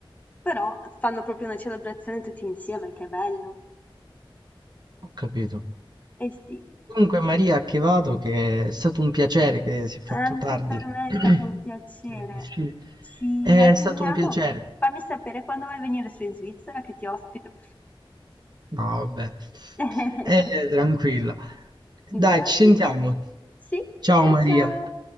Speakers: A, on the left (about 15°); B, on the right (about 50°).
A: però fanno proprio una celebrazione tutti insieme, che è bello.
B: Ho capito.
A: Eh sì,
B: Comunque, Maria, che vado, che è stato un piacere che si è fatto
A: anche
B: tardi.
A: per me
B: <clears throat>
A: è stato un piacere.
B: Che devo uscire.
A: Ci
B: È
A: aggiorniamo.
B: stato un piacere.
A: Fammi sapere quando vuoi venire su in Svizzera che ti ospito.
B: No, vabbè.
A: <laughs>
B: Eh, tranquilla. Dai,
A: Va
B: ci sentiamo.
A: bene. Sì,
B: Ciao
A: ciao
B: Maria.
A: ciao.